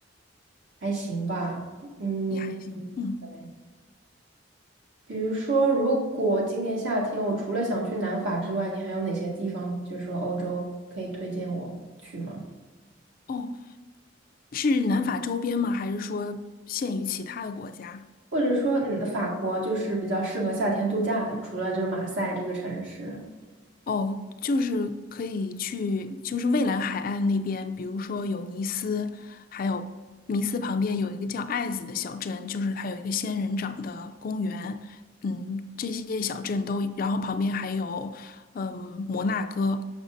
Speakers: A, on the right; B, on the left.
A: 还行吧，嗯，
B: 也还行。嗯，
A: 对。比如说，如果今年夏天我除了想去南法之外，你还有哪些地方，就是说欧洲可以推荐我去吗？
B: 哦，是南法周边吗？还是说限于其他的国家？
A: 或者说，嗯，法国就是比较适合夏天度假的，除了这马赛这个城市。
B: 哦，就是可以去，就是蔚蓝海岸那边，比如说有尼斯，还有尼斯旁边有一个叫爱子的小镇，就是它有一个仙人掌的公园，嗯，这些小镇都，然后旁边还有，嗯，摩纳哥，